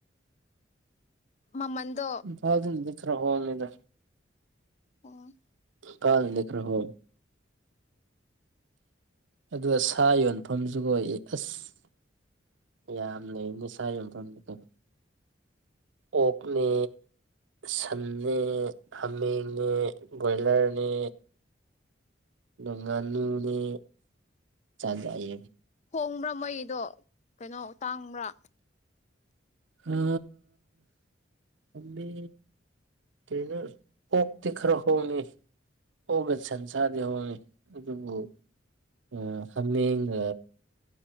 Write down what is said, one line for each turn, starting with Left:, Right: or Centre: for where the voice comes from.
Left: ꯃꯃꯟꯗꯣ
Right: ꯐ ꯈ꯭ꯔ ꯍꯣꯡꯉꯤꯗ
Left: ꯑꯣ
Right: ꯀꯥꯅ ꯈꯔꯥ ꯍꯣꯡꯉꯦ ꯑ ꯁꯥ ꯌꯣꯟꯐꯝꯁꯨ ꯀꯣꯛꯏ ꯑꯁ ꯌꯥꯝ ꯂꯩ ꯅꯤꯁꯥꯒꯤ ꯃꯐꯝꯗ ꯑꯣꯛꯅꯦ ꯁꯟꯅꯦ ꯍꯥꯃꯦꯡꯅꯦ ꯕꯣꯏꯂꯔꯅꯦ ꯉꯥꯅꯨꯅꯦ ꯆ ꯍꯥꯏ
Left: ꯍꯣꯡꯕ꯭ꯔꯥ ꯃꯩꯗꯣ ꯀꯩꯅꯣ ꯇꯥꯡꯕ꯭ꯔꯥ
Right: ꯑ ꯑꯃꯦ ꯀꯅ ꯑꯣ ꯇꯤ ꯈꯔ ꯍꯅꯤ ꯑꯣꯒ ꯁꯟꯁꯥꯗꯣꯅꯤ ꯍꯣꯡꯏ ꯑꯗꯨꯕꯨ ꯑ ꯍꯥꯃꯦꯡꯒ